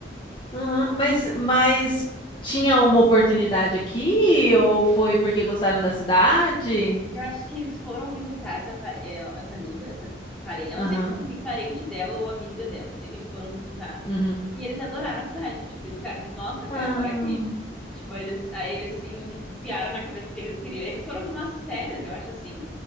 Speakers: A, on the left; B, in the centre.
A: uhum. Mas, mas tinha uma oportunidade aqui ou foi porque gostaram da cidade?
B: Eu acho que eles foram visitar essa, par- é, essa amiga, essa parente. Eu
A: Aham,
B: não sei se é ami- parente dela ou amiga dela. Eu sei que eles foram visitar.
A: uhum.
B: E eles adoraram a cidade. Tipo, eles ficaram tipo, nossa, eu quero
A: Ah,
B: morar aqui. Tipo, eles, aí eles se enfiaram na cabeça que eles queriam. Eles foram pra umas férias, eu acho assim.